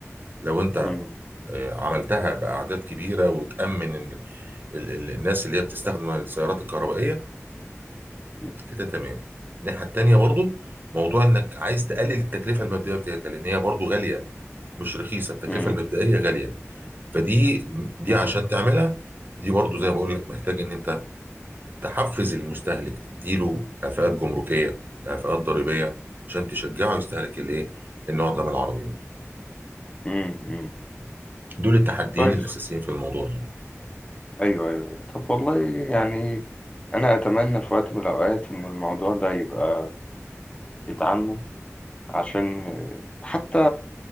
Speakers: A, on the right; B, on the left.
A: لو انت
B: مم.
A: آه، عملتها بأعداد كبيرة وتأمن ال- ال- ال- الناس اللي هي بتستخدم السيارات الكهربائية
B: مم.
A: كده تمام الناحية التانية برضو موضوع انك عايز تقلل التكلفة المبدئية بتاعتها لان هي برضو غالية مش رخيصه التكلفه
B: مم.
A: المبدئيه غاليه فدي دي
B: مم.
A: عشان تعملها دي برضو زي ما بقول لك محتاج ان انت تحفز المستهلك تديله كفاءات جمركيه كفاءات ضريبيه عشان تشجعه يستهلك الايه النوع ده من العربيات
B: مم. مم.
A: دول التحديين
B: كويس
A: الاساسيين في الموضوع يعني
B: أيوه أيوه أيوه. طب والله يعني أنا أتمنى في وقت من الأوقات إن الموضوع ده يبقى يتعمم عشان آه، حتى